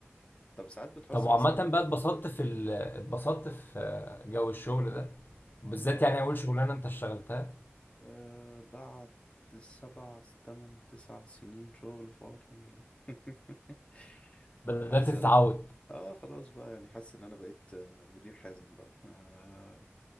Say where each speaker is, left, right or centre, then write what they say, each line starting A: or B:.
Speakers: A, on the left; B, on the left.
A: طب ساعات بتحس
B: طب وعامة
A: مثلا
B: بقى اتبسطت في ال... اتبسطت في آه، جو الشغل ده بالذات
A: اه
B: يعني اول شغلانة انت اشتغلتها
A: آه، بعد سبع تمن تسع سنين شغل فاه الحمد لله <laughs>
B: بدأت
A: حاسس
B: تتعود
A: ان اه خلاص بقى يعني حاسس ان انا بقيت آه، مدير حازم بقى آه.